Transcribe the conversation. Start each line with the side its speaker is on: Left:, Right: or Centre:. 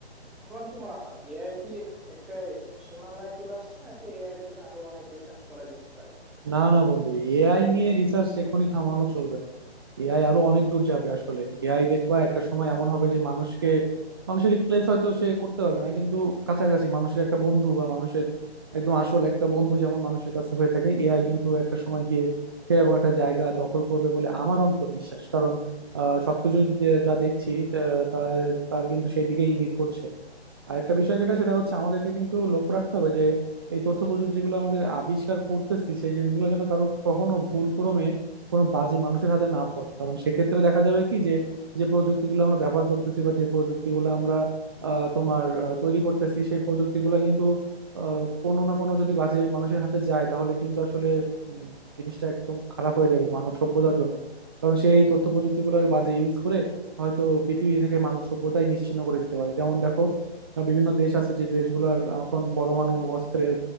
Centre: তোমার কি মনে হয় এআই কি একটা সীমানায় চলে আসছে নাকি এআই থেকে আরো অনেক রিসার্চ করা যেতে পারে
Right: না না বন্ধু এআই নিয়ে রিসার্চ এখনই থামানো চলবে না এআই আরো অনেক দূর যাবে আসলে এআই দেখবা একটা সময় এমন হবে যে মানুষকে মানুষের রিপ্লেস হয়তো সে করতে পারবে না কিন্তু কাছাকাছি মানুষের একটা বন্ধু বা মানুষের একদম আসল একটা বন্ধু যেমন মানুষের কাছে হয়ে থাকে এআই কিন্তু একটা সময় গিয়ে সেরকম একটা জায়গা দখল করবে বলে আমার অন্তত বিশ্বাস কারণ আহ সবকিছু যে- যা দেখছি তা- তার তার কিন্তু সেই দিকেই ইঙ্গিত করছে আর একটা বিষয় যেটা সেটা হচ্ছে আমাদেরকে কিন্তু লক্ষ্য রাখতে হবে যে এই তথ্য প্রযুক্তি যেগুলো আমাদের আবিষ্কার করতেছি সেই জিনিসগুলো যেন কারো কখনো ভুল ক্রমে কোনো বাজে মানুষের হাতে না পড়ে কারণ সেক্ষেত্রে দেখা যাবে কি যে যে প্রযুক্তিগুলো আমরা ব্যবহার করতেছি বা যে প্রযুক্তিগুলো আমরা আহ, তোমার আহ, তৈরি করতেছি সেই প্রযুক্তিগুলো কিন্তু আহ, কোনো না কোনো যদি বাজে মানুষের হাতে যায় তাহলে কিন্তু আসলে উম, জিনিসটা একদম খারাপ হয়ে যাবে মানব সভ্যতার জন্য কারণ সেই তথ্য প্রযুক্তিগুলোর বাজে ইউজ করে হয়তো পৃথিবী থেকে মানব সভ্যতাই নিশ্চিহ্ন করে দিতে পারে যেমন দেখো বিভিন্ন দেশ আছে যে দেশগুলোর এখন পরমাণু অস্ত্রের